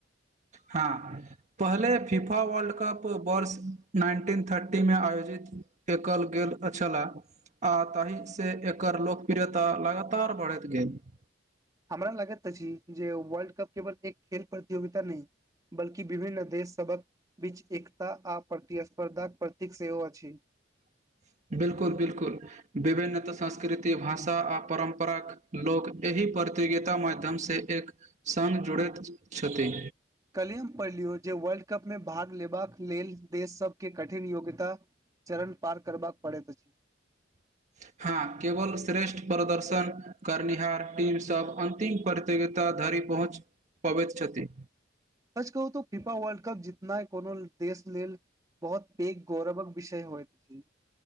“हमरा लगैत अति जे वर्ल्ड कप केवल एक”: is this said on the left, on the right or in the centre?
Right